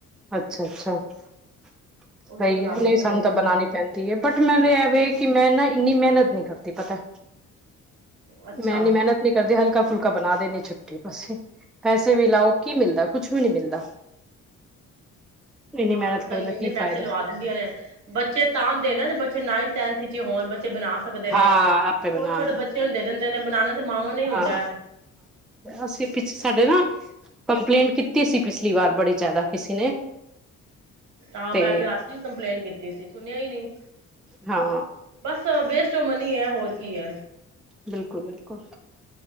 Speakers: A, in the centre; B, on the right.
A: ਅੱਛਾ ਅੱਛਾ ਸਹੀ
B: ਉਹਦੀ ਤੇ ਬਣਾਉਂਦੀ
A: ਹੈ ਨਹੀਂ
B: ਨੀ
A: ਸਾਨੂੰ
B: ਫਿਰ
A: ਤਾਂ
B: ਮੈਂ
A: ਬਣਾਣੀ ਪੈਂਦੀ ਹੈ ਬਟ ਮੈਨੂੰ ਐਵੇਂ ਕਿ ਮੈਂ ਨਾ ਇੰਨੀ ਮਿਹਨਤ ਨੀ ਕਰਦੀ ਪਤਾ
B: ਅੱਛਾ
A: ਮੈਂ ਨੀ ਮਿਹਨਤ ਨੀ ਕਰਦੀ ਹਲਕਾ ਫੁਲਕਾ ਬਣਾ ਦੇਿੰਦੇ ਛੁੱਟੀ ਬਸੇ ਪੈਸੇ ਵੀ ਲਾਓ ਕੀ ਮਿਲਦਾ ਕੁਛ ਵੀ ਨਹੀਂ ਮਿਲਦਾ ਇੰਨੀ
B: ਹਾਂ,
A: ਮਿਹਨਤ
B: ਵੀ ਸਹੀ
A: ਕਰਨ ਦਾ
B: ਇੰਨੇ
A: ਕੀ
B: ਪੈਸੇ
A: ਫਾਇਦਾ
B: ਲਵਾ ਦਿੰਦੀਆਂ ਨੇ, ਬੱਚੇ ਤਾਂ ਦੇ ਨਾ ਬੱਚੇ ਨਾਈਨਥ ਟਨਥ ਹ ਹੋਣ ਬੱਚੇ ਬਣਾ ਸਕਦੇ ਨੇ
A: ਹਾਂ,
B: ਛੋਟੇ
A: ਆਪੇ ਬਣਾ
B: ਛੋਟੇ
A: ਲ
B: ਬੱਚਿਆਂ ਨੂੰ ਦੇ ਦਿੰਦੇ ਨੇ ਬਣਾਉਣਾ ਤੇ ਮਾਵਾਂ ਨੂੰ ਹੀ ਹੁੰਦਾ
A: ਹਾਂ
B: ਹੈ
A: ।ਅਸੀਂ ਪਿੱਛੇ ਸਾਡੇ
B: ਪਿਛਲੀ
A: ਨਾ ਕੰਪਲੇਂਟ ਕੀਤੀ ਸੀ, ਪਿਛਲੀ ਵਾਰ ਬੜੀ ਜ਼ਿਆਦਾ ਕਿਸੇ ਨੇ
B: ਹਾਂ,
A: ਤੇ
B: ਮੈਂ ਵੀ ਆਸ ਕੰਪਲੇਂਟ ਕੀਤੀ ਸੀ ਸੁਣਿਆ ਹੀ ਨਹੀਂ
A: ਹਾਂ
B: ਬਸ ਵੇਸ ਘਮਨੀ ਹੀ ਹੋਰ ਕੀ ਹੈ
A: ਬਿਲਕੁਲ ਬਿਲਕੁਲ